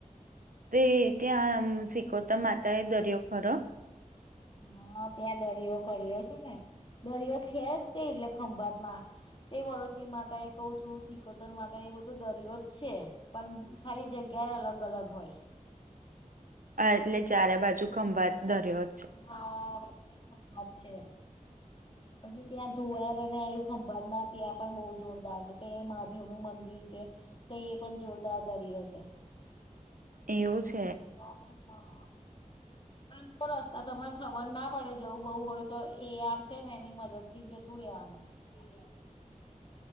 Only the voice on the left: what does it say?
હા ત્યાં દરિયો કર્યો છે ને દરિયો છે જ તે એટલે ખંભાતમાં. તે વરોચી માતા એ કહું છું સિકોતર માતા એ બધું દરિયો જ છે પન ખાલી જગ્યા અલગ અલગ હોય.
હા વચ્ચે ખંભાત છે પછી ત્યાં ધુવારન આયુ. ખંભાતમાં ત્યાં પણ બહુ જોરદાર છે તે મહાદેવનું મંદિર છે. તો એ પણ જોરદાર દરીયો છે.
ધુવારન હા. આમ તો રસ્તા તમને ખબર ના પડે જવું બહુ હોય તો એ આર છે ને એની મદદ થીન જતુ રેવાનું થી.